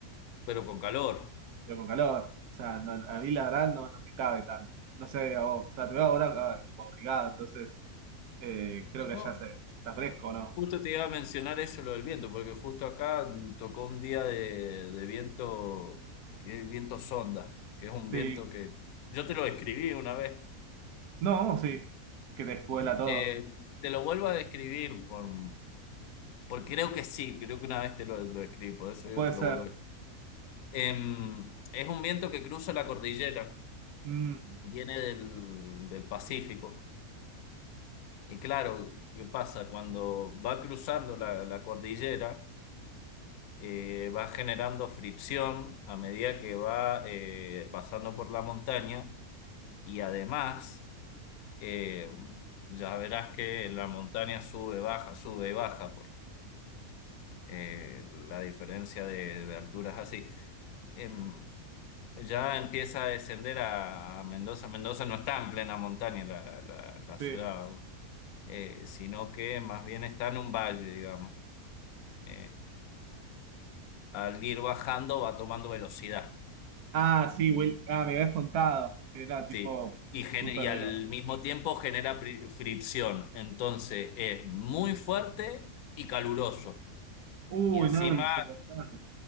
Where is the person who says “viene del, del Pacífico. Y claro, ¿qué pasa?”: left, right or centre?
Left